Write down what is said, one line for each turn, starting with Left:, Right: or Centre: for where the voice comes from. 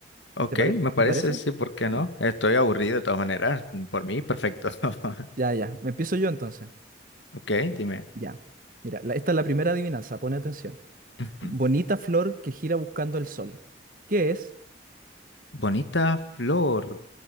Left: Ok,
Right: ¿Te pare-
Left: me parece,
Right: te parece?
Left: sí, ¿por qué
Right: Ya,
Left: no? Estoy aburrido de todas maneras. Por mí, perfecto. <laughs>
Right: ya, ya. Me empiezo yo entonces.
Left: Ok, dime.
Right: Ya. Mira, la- esta es la primera adivinanza, pone atención.
Left: Ujú.
Right: Bonita flor que gira buscando el sol. ¿Qué es?
Left: Bonita flor